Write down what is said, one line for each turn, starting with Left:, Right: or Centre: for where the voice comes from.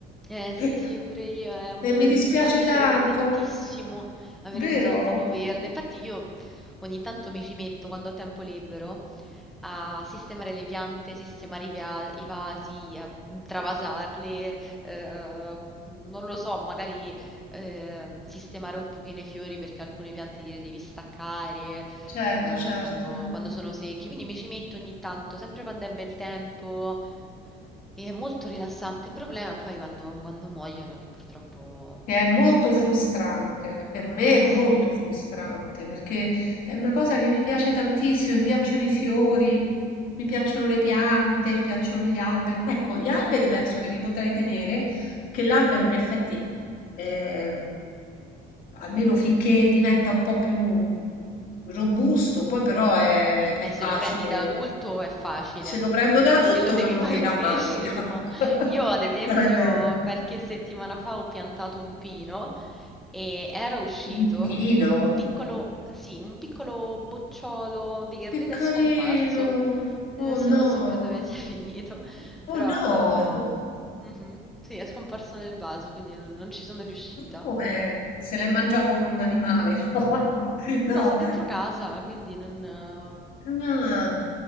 Centre: Eh
Left: <laughs>
Centre: sì, sì, pure io. eh, mm,
Left: E mi dispiace
Centre: a me piacerebbe
Left: tanto,
Centre: tantissimo avere
Left: vero?
Centre: un giardino verde. Infatti io ogni tanto mi ci metto quando ho tempo libero a sistemare le piante, sistemare i, via- i vasi, a mm, travasarle, eh, non lo so, magari ehm, sistemare un pochino i fiori perché alcune piante gliele devi staccare
Left: Certo,
Centre: eh,
Left: certo.
Centre: quando, quando sono secchi. Quindi mi ci metto ogni tanto, sempre quando è bel tempo. E è molto rilassante il problema, poi quando, quando muoiono, che purtroppo
Left: Che è molto frustrante, per me è
Centre: sì.
Left: molto frustrante perché è una cosa che mi piace tantissimo, mi piacciono i fiori, mi piacciono le piante, mi piacciono gli alberi. Ecco, gli alberi penso che li potrei tenere, che l'albero in effetti, ehm, almeno finché diventa un po' più robusto, poi però è, è
Centre: Eh, se
Left: facile,
Centre: lo prendi da adulto è facile,
Left: se lo prendo da
Centre: se
Left: tutto
Centre: lo devi
Left: non morirà
Centre: far crescere,
Left: mai.
Centre: no?
Left: <laughs>
Centre: Io, ad esempio,
Left: L'albero,
Centre: qualche settimana fa ho piantato un pino e era uscito
Left: un pino.
Centre: un piccolo, sì, un piccolo bocciolo verde
Left: Che
Centre: ed
Left: carino!
Centre: è scomparso. Adesso
Left: Oh no!
Centre: non so più dove sia <laughs> finito,
Left: Oh
Centre: però...
Left: no! <laughs>
Centre: mhm, Sì, è scomparso nel vaso, quindi non non ci sono riuscita.
Left: Ma Come? Se l'è mangiato un animale? <laughs> No,
Centre: No, sta dentro casa, quindi non, eh,
Left: no. Ah,